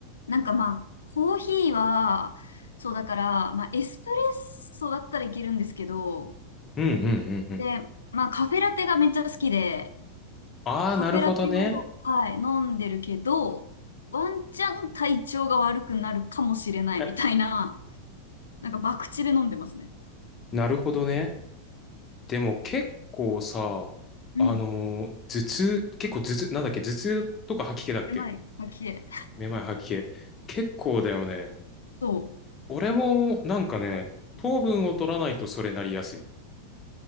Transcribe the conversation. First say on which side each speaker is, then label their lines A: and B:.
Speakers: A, on the left; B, on the left.
A: なんかまあ、コーヒーは、そうだから、まあ、エスプレッソだったらいけるんですけど、
B: うんうんうんうん。
A: で、まあ、カフェラテがめっちゃ好きで、
B: ああ、
A: カフェラテを、
B: なるほどね。
A: はい、飲んでるけど、ワンチャン体調が悪くなるかもしれないみたいな、
B: え、
A: なんか博打で飲んでますね。
B: なるほどね。でも結構さ、
A: うん。
B: あのー頭痛、結構頭痛、なんだっけ、頭痛とか吐き気だっけ
A: で、まい吐きえ。
B: めまい吐き気。結構だよね。
A: そ
B: 俺もなんかね、糖分を取らないとそれなりやすい。